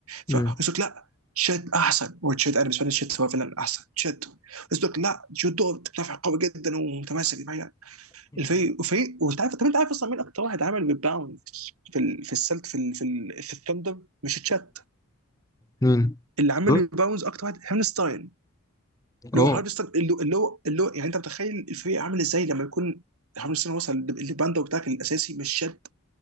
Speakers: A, on the left (about 15°); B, on the right (about 85°).
A: مم.
B: فقلت لك لا تشيت احسن وتشيت انا بالنسبه لي تشيت هو فعلا احسن تشيت قلت لك لا جو دوت مدافع قوي جدا ومتماسك
A: مم.
B: الفريق وفريق وانت عارف طب انت عارف اصلا مين اكتر واحد عمل ريباوند في ال... في السلت في ال... في, ال... في الثندر مش تشات
A: مين
B: اللي عمل
A: دول
B: ريباوندز اكتر واحد هارنستاين
A: اه
B: اللي هو هارنستاين اللي هو اللي هو, اللي هو يعني انت متخيل الفريق عامل ازاي لما يكون هارنستاين وصل للباندا بتاعك الاساسي مش شد